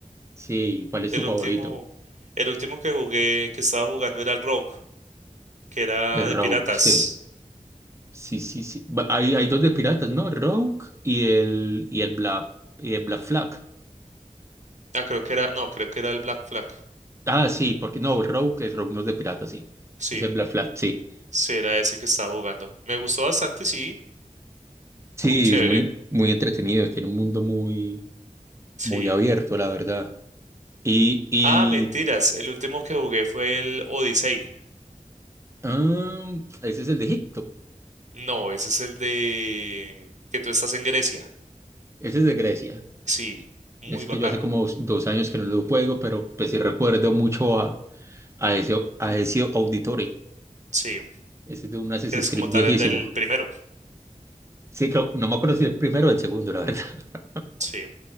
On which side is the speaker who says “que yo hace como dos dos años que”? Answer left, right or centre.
Right